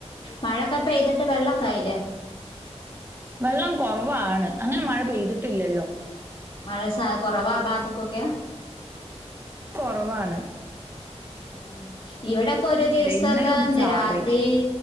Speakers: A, on the left (about 50°); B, on the right (about 20°).
A: മഴക്കെ പെയ്തിട്ട് വെള്ളോക്കായില്ലേ?
B: വെള്ളം കുറവാണ് അങ്ങനെ മഴ പെയ്തിട്ടില്ലല്ലോ.
A: മഴ സ കുറവാ ആ ബാത്ത്ക്കൊക്കെ?
B: കൊറവാണ്.
A: ആ ഇവിടൊക്കെ ഒരു ദിവസൊക്കെ
B: ഇന്നലെ ഒന്ന് ചാറി
A: രാത്രി